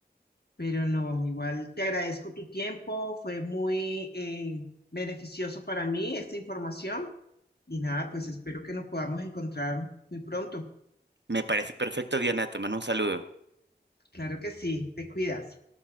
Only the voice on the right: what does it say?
Me parece perfecto, Diana, te mando un saludo.